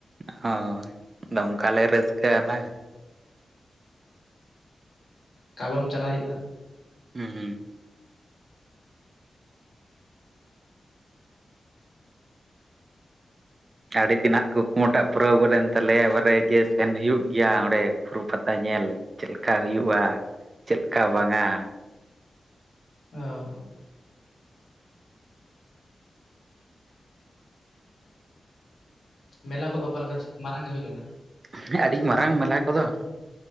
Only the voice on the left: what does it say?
ᱠᱟᱞᱚᱢ ᱪᱟᱞᱟᱜ ᱦᱩᱭᱩᱜᱼᱟ᱾
ᱚ ᱢᱮᱞᱟ ᱠᱚᱫᱚ ᱚᱠᱟ ᱞᱮᱠᱟ ᱢᱟᱨᱟᱝ ᱜᱮ ᱦᱩᱭ ᱞᱮᱱᱟ?